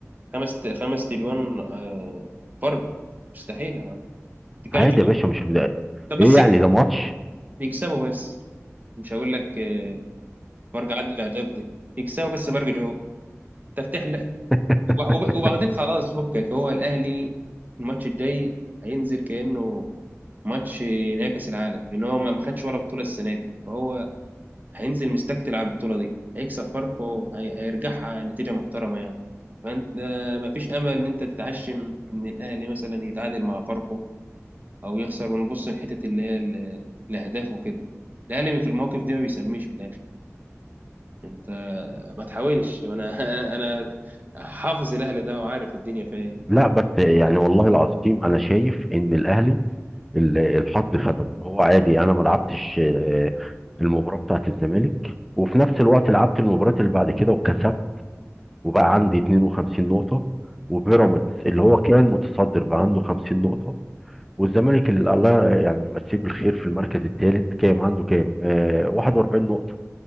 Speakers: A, on the right; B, in the centre.
A: خمس خمس تليون آه، فرق مستحيل يعني. تتكلم
B: عادي
A: في إيه؟
B: يا باشا مش بدأ.
A: طب بس
B: ايه يعني
A: يك-
B: ده ماتش
A: يكسبوا بس مش هقول لك آه، فرق عدد الاهداف دي يكسبوا بس فرق جو تفتح لك
B: <laughs>
A: وب- وبعدين خلاص فكك هو الاهلي الماتش الجاي هينزل كانه ماتش نهائي كاس العالم لان هو ما ما خدش ولا بطوله السنه دي فهو هينزل مستكتل على البطولة دي هيكسب فاركو هي... هيرجعها نتيجة محترمة يعني فأنت مفيش أمل إن أنت تتعشم إن الأهلي مثلا يتعادل مع فاركو أو يخسر ونبص لحتة اللي هي ال- الأهداف وكده الأهلي في المواقف دي ما بيسميش في الآخر أنت ما تحاولش أنا <laughs> أنا حافظ الأهلي ده وعارف الدنيا فيها إيه
B: لا بس يعني والله العظيم انا شايف ان الاهلي ال- الحظ خدمه هو عادي انا ما لعبتش آه، المباراة بتاعت الزمالك وفي نفس الوقت لعبت المباراة اللي بعد كده وكسبت وبقى عندي 52 نقطة وبيراميدز اللي هو كان متصدر بقى عنده 50 نقطة والزمالك اللي الله يعني يمسيه بالخير في المركز الثالث كام عنده كام؟ آه 41 نقطة